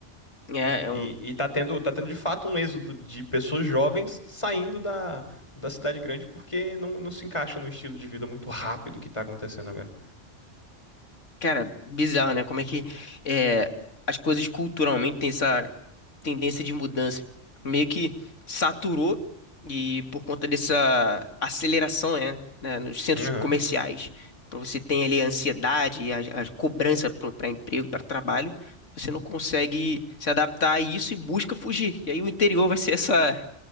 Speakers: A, on the left; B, on the left.
A: É, é
B: E,
A: um-
B: e tá tendo, tá tendo de fato um êxodo de pessoas jovens saindo da, da cidade grande porque não, não se encaixa no estilo de vida muito rápido que tá acontecendo agora.
A: Cara, bizarro, né? Como é que é, as coisas culturalmente têm essa tendência de mudança. Meio que saturou e por conta dessa aceleração, né? né, Nos centros
B: Uhum.
A: comerciais, para você tem ali a ansiedade e a, a cobrança para emprego, para trabalho, você não consegue se adaptar a isso e busca fugir. E aí o interior vai ser essa